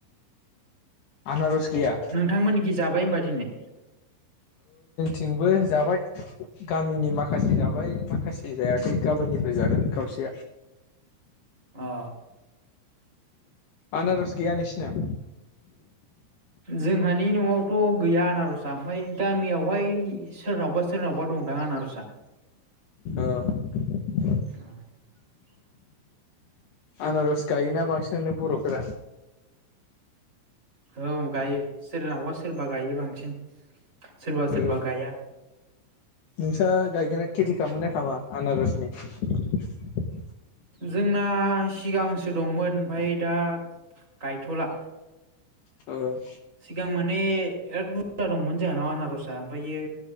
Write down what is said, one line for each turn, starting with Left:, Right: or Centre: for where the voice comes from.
Left: आनारस गैया
Right: नोंथांमोनखि जाबाय होनबा दिनै
Left: जोंबो जाबाय गामिनि माखासे जाबाय माखासे जायाखै गाबोननिफाय जागोन खावसेया।
Right: अ
Left: आनारस गैया नोंसिना?
Right: जोंहानि न'आवथ' गैया आनारसआ ओमफाय गामियावहाय। सोरनावबा सोरनावबा दंदां आनारसा
Left: औ <unintelligible>
Right: औ <unintelligible>
Left: आनारस गायोना बांसिनो बर'फोरा
Right: औ गायो सोरनावा सोरबा गायो बांसिन सोरबा सोरबा
Left: औ
Right: गाया
Left: नोंस्रा
Right: उम
Left: गायगोना खेथि खालामोन <unintelligible> खामा आनारसनि <unintelligible>
Right: जोंना सिगांसो गोसो दंमोन ओमफ्राय दा <unintelligible> गायथला
Left: औ <unintelligible>
Right: सिगां माने बिराद बुरजा दंमोन जोंहानाव आनारसआ ओमफ्रायो